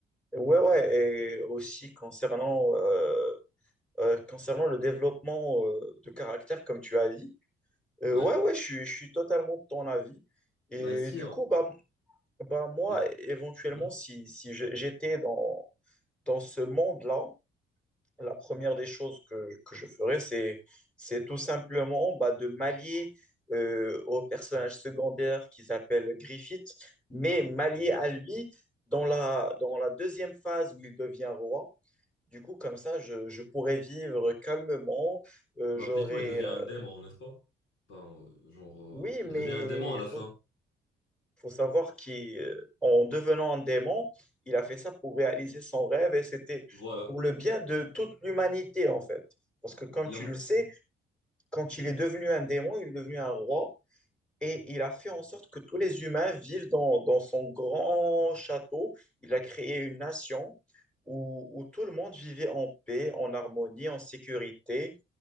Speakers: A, in the centre; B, on the left.
A: Ouais, ouais, et aussi concernant euh, Euh, concernant le développement euh, de caractère, comme tu as dit, euh,
B: Ouais,
A: ouais, ouais, je, suis- je suis totalement de ton avis. Et
B: là ici,
A: du
B: hein,
A: coup, bah, bah moi,
B: là-
A: éventuellement,
B: Mhm.
A: si, si je- j'étais dans, dans ce monde-là, la première des choses que, que je ferais, c'est, c'est tout simplement bah, de m'allier euh, au personnage secondaire qui s'appelle Griffith, mais m'allier à lui dans la, dans la deuxième phase où il devient roi. Du coup, comme ça, je, je pourrais vivre calmement. euh,
B: bah
A: j'aurais.
B: plutôt il devient
A: euh,
B: un démon, n'est-ce pas? Enfin, euh, genre, euh,
A: Oui,
B: il
A: mais
B: devient un démon à la
A: faut,
B: fin.
A: faut savoir qu'en devenant un démon, il a fait ça pour réaliser son rêve et c'était
B: Voilà.
A: pour le bien de toute l'humanité, en fait. Parce que, comme
B: Il
A: tu
B: a,
A: le sais, quand il est devenu un démon, il est devenu un roi. Et il a fait en sorte que tous les humains vivent dans, dans son grand château. Il a créé une nation où, où tout le monde vivait en paix, en harmonie, en sécurité.